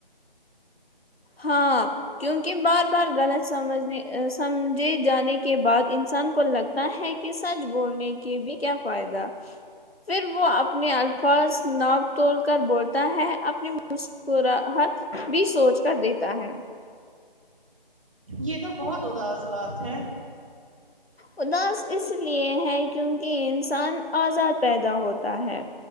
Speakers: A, on the left; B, on the right.
A: ہاں کیونکہ بار بار غلط سمجھنے سمجھے جانے کے بعد انسان کو لگ تاہے کہ سچ بولنے کے بھی کیا فائدہ پھر وہ اپنے الفاظ ناپ تول کر بولتا ہے اپنی مسکراہٹ بھی سوچ کر دیتا ہے
B: یہ تو بہت اداس بات ہے
A: اداس اس لیے ہے کیونکہ انسان آزاد پیدا ہوتا ہے